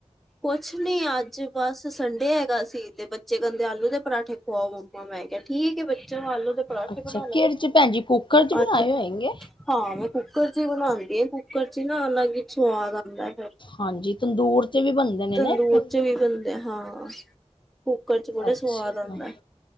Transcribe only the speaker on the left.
ਅੱਛਾ
ਕਿਹੜੇ ਚ ਭੈਣ ਜੀ ਕੁੱਕਰ ਚ ਬਣਾਏ
ਹੋਏਗੇ?
ਹਾਂਜੀ ਤੰਦੂਰ ਚ ਵੀ ਬਣਦੇ ਨੇ
ਨਾ ਇੱਕ
ਅੱਛਾ।